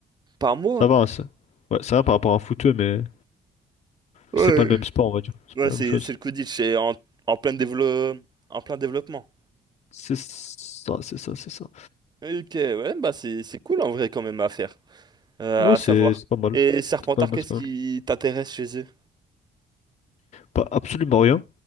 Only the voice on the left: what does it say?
Ça va, hein, ça. Ouais, c'est rien par rapport à un footeux, mais
c'est pas le même sport, on va dire. C'est
pas la
même chose.
C'est ça, c'est ça, c'est ça.
Ouais,
c'est
c'est pas mal.
C'est pas mal,
c'est pas
mal.
Pas absolument rien,